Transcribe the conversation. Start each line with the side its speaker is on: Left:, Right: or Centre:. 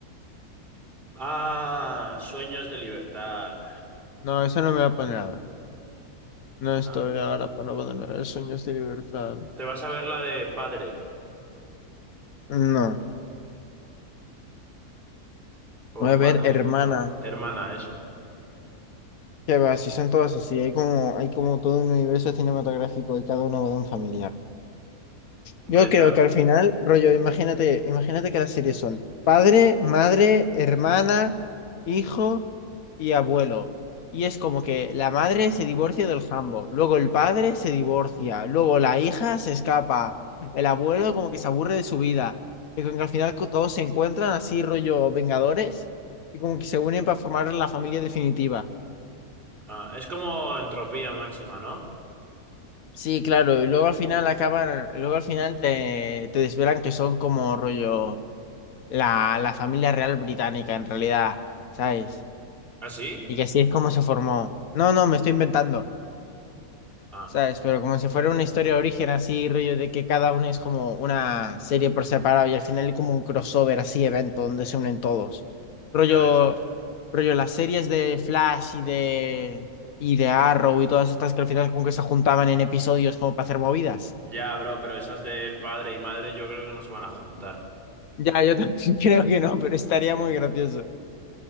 Right: Ah, sueños de libertad.
Left: No, eso no me va a poner a ver. No estoy
Right: Ah,
Left: ahora para ponerme a ver sueños de libertad.
Right: te vas a ver la de padre
Left: No.
Right: o
Left: Voy a
Right: madre
Left: ver, hermana.
Right: o hermana, eso.
Left: Que va, si son todos así, hay como, hay como todo un universo cinematográfico y cada uno va de un familiar. Yo
Right: Renta.
Left: creo que al final, rollo, imagínate, imagínate que las series son padre, madre, hermana, hijo y abuelo. Y es como que la madre se divorcia del jambo, luego el padre se divorcia, luego la hija se escapa, el abuelo como que se aburre de su vida. Y como que al final co- todos se encuentran así, rollo Vengadores, y como que se unen para formar la familia definitiva.
Right: Ah, es como entropía máxima, ¿no?
Left: Sí, claro, y luego al final acaban, luego al final te, te desvelan que son como rollo la, la familia real británica en realidad, ¿sabes?
Right: ¿Ah, sí?
Left: Y que así es como se formó. No, no, me estoy inventando,
Right: Ah,
Left: ¿sabes? Pero como si fuera una historia de origen así, rollo de que cada uno es como una serie por separado y al final hay como un crossover así, evento donde se unen todos. Rollo,
Right: ya ves.
Left: rollo las series de Flash y de, y de Arrow y todas estas que al final como que se juntaban en episodios como para hacer movidas.
Right: Ya, bro, pero esas de padre y madre yo creo que no se van a juntar.
Left: Ya, yo también <laughs> creo que no, pero estaría muy gracioso.